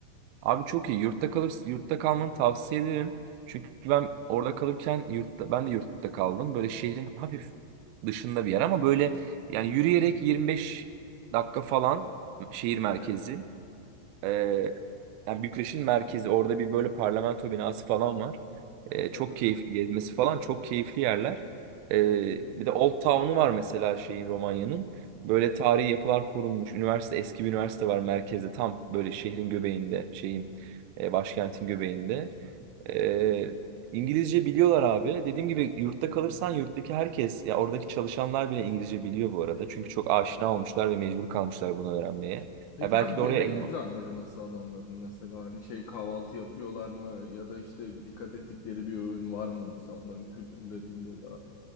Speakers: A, on the right (about 80°); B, on the left (about 80°).
A: Abi çok iyi. Yurtta kalırsın. Yurtta kalmanı tavsiye ederim. Çünkü ben orada kalırken yurtta ben de yurtta kaldım. Böyle şehrin hafif dışında bir yer ama böyle yani yürüyerek 25 dakika falan şehir merkezi.
B: Evet.
A: Ee, yani Bükreş'in merkezi orada bir böyle parlamento binası falan var. Ee,
B: Aha.
A: çok keyifli gezmesi falan çok keyifli yerler. Ee,
B: Hı hı.
A: bir de Old Town'u var mesela şeyin Romanya'nın. Böyle tarihi yapılar korunmuş. Üniversite eski bir üniversite var merkezde tam böyle şehrin göbeğinde şeyin e, başkentin göbeğinde.
B: Bak,
A: Ee, İngilizce biliyorlar abi. Dediğim gibi yurtta
B: hı
A: kalırsan yurttaki herkes ya oradaki çalışanlar bile İngilizce biliyor bu arada. Çünkü
B: hı.
A: çok aşina olmuşlar ve mecbur kalmışlar bunu öğrenmeye.
B: Peki
A: Ya belki
B: abi
A: de oraya
B: yemek
A: eleman
B: düzenleri nasıl adamların mesela hani şey kahvaltı yapıyorlar mı ya da işte dikkat ettikleri bir öğün var mı mesela onların kültürlerinde da.